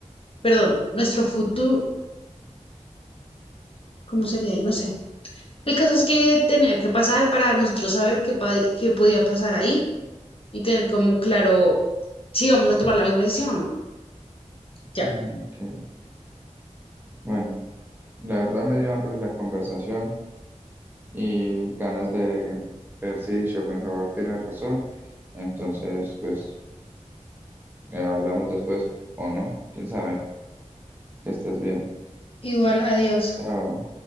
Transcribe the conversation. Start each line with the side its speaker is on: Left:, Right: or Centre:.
Left: perdón, nuestro futuro, ¿cómo sería? No sé. El caso es que tenía que pasar para nosotros saber qué, pa- qué podía pasar ahí y tener como claro si vamos a tomar la misma decisión o no. Ya.
Right: Ujú, ok, bueno, la verdad me dio hambre la conversación y ganas de ver si Schopenhauer tiene razón, entonces pues eh, hablamos después o no, quién sabe, que estés bien,
Left: Igual, adiós.
Right: chao.